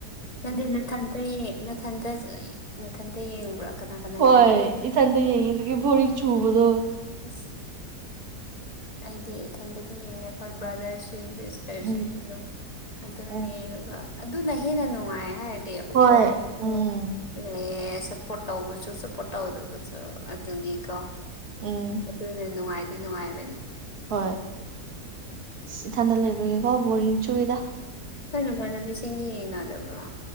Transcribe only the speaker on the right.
ꯍꯣꯏ
ꯏꯊꯟꯗ ꯌꯦꯡꯉꯤꯗꯨꯒꯤ ꯚꯣꯔꯤꯡ ꯆꯨꯕꯗꯣ
ꯎꯝ
ꯎꯝ
ꯍꯣꯏ ꯎꯝ
ꯎꯝ
ꯍꯣꯏ ꯏꯊꯟꯗ ꯂꯩꯕꯒꯦꯀꯣ ꯕꯣꯔꯤꯡ ꯁꯨꯏꯦꯗ